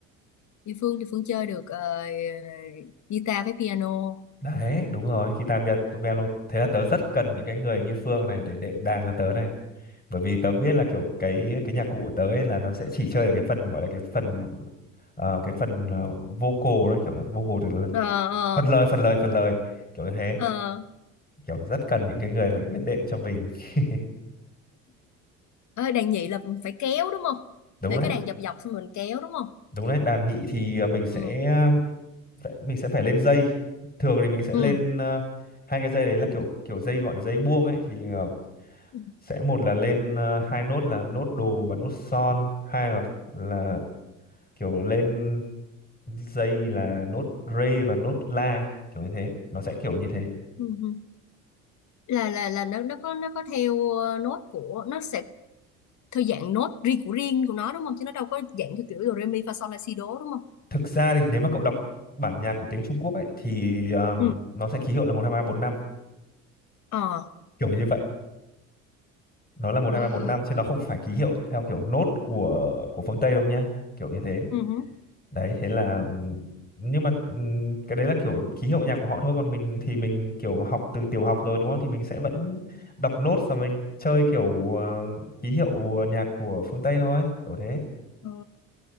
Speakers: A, on the left; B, on the left.
A: Như Phương thì Phương chơi được ờ, guitar với piano.
B: đấy đúng rồi guitar Việt piano thế là tớ rất cần những cái người như Phương này để đệm đàn cho tớ này bởi vì tớ biết là kiểu cái cái nhạc cụ của tớ ấy là nó sẽ chỉ chơi được cái phần gọi là cái phần ờ, cái phần ờ, vocal đấy kiểu vocal thì là
A: Ờ ờ
B: phần lời phần lời phần lời kiểu như thế
A: ờ
B: kiểu rất cần những cái người mà biết đệm cho mình <laughs>
A: Ê, đàn nhị là phải kéo đúng không?
B: đúng
A: Để
B: đấy
A: cái đàn dọc dọc xong mình kéo đúng không?
B: đúng đấy đàn nhị thì à, mình
A: Ừ.
B: sẽ à, phải, mình sẽ phải lên dây thường thì mình sẽ
A: Ừ.
B: lên à, hai cái dây đấy là kiểu kiểu dây gọi là dây buông ấy thì à,
A: Ừ.
B: sẽ một là lên à, hai nốt là nốt đồ và nốt son hai là là kiểu lên dây là nốt rê và nốt la kiểu như thế nó sẽ kiểu như thế
A: ừ. ừ. Là là là nó nó có nó có theo ờ, nốt của nó sẽ theo dạng nốt riêng của riêng của nó đúng không? Chứ nó đâu có dạng theo kiểu do re mi fa sol la si đố đúng không?
B: thực ra thì nếu mà cậu đọc bản nhạc của tiếng Trung Quốc ấy thì um,
A: Ừ.
B: nó sẽ ký hiệu là một hai ba bốn năm
A: Ờ.
B: kiểu như vậy nó là một hai
A: À.
B: ba bốn năm chứ nó không phải ký hiệu theo kiểu nốt của của phương Tây đâu nhá kiểu như thế
A: Ừ. hứ.
B: đấy thế là ừm, nhưng mà ừm, cái đấy là kiểu ký hiệu nhạc của họ thôi còn mình thì mình kiểu học từ tiểu học rồi đúng không thì mình sẽ vẫn đọc nốt và mình chơi kiểu ờ, ký hiệu nhạc của phương Tây thôi kiểu thế
A: ờ,